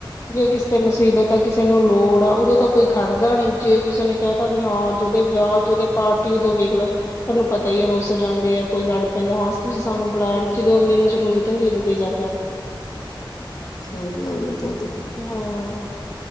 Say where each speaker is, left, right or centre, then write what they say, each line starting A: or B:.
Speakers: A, on the left; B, on the left.
A: ਜੇ ਕਿਸੇ ਤੇ ਮੁਸੀਬਤ ਤਾਂ ਕਿਸੇ ਨੂੰ ਲੋੜ ਆ ਉਦੋਂ ਤਾਂ ਕੋਈ ਖੜਦਾ ਨੀ, ਜੇ ਕਿਸੇ ਨੇ ਕਹਿ ਤਾ ਵੀ ਹਾਂ, ਜਦੇ ਵਿਆਹ ਜਦੇ ਪਾਰਟੀ ਟੀ ਉਦੋਂ ਵੇਖ ਲ, ਤੁਹਾਨੂੰ ਪਤਾ ਹੀ ਹੈ ਰੁਸ ਜਾਂਦੇ ਆ, ਕੋਈ ਲੜ ਪੈਂਦੇ ਆ ਹਾਂ ਤੁਸੀਂ ਸਾਨੂੰ ਬੁਲਾਇਆ ਨੀ, ਜਦੋਂ ਅਗਲੇ ਨੂੰ ਜ਼ਰੂਰਤ ਹੁੰਦੀ ਉਦੋਂ ਕੋਈ ਜਾਂਦਾ ਨੀਂ।
B: ਸਹੀ ਗੱਲ ਏ ਤੁਹਾਡੀ।
A: ਹੂੰ,